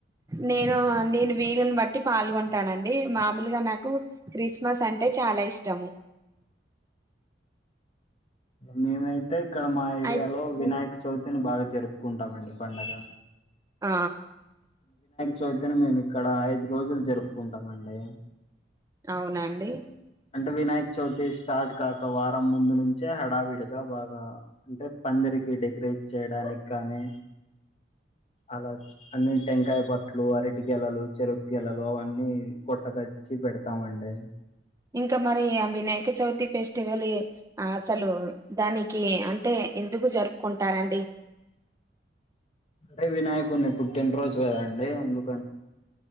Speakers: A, on the right; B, on the left.
A: నేను నేను వీలుని బట్టి పాల్గొంటానండి మామూలుగా నాకు క్రిస్మస్ అంటే చాలా ఇష్టము
B: మేమైతే ఇక్కడ మా ఏరియాలో
A: అయి
B: వినాయక చవితిని బాగా జరుపుకుంటామండి పండగ
A: ఆ
B: చూద్దని మేము ఇక్కడ ఐదు రోజులు జరుపుకుంటామ అండి
A: అవునండి
B: అంటే వినాయక చవితి స్టార్ట్ కాక వారం ముందు నుంచే హడావిడిగా బాగా అంటే ప అందరికి డెకరేట్ చేయడానికి కానీ అలా అన్ని టెంకాయ బట్టలు అరటి గెలలు చెరుకు గలలు అవన్నీ కొట్టకొచ్చి పెడతామండి
A: ఇంకా మరి ఆ వినాయక చవితి ఫెస్టివల్ అసలు దానికి అంటే ఎందుకు జరుపుకుంటారండి
B: అే వినాయకుని పుట్టిన రోజు కదండి అందుకు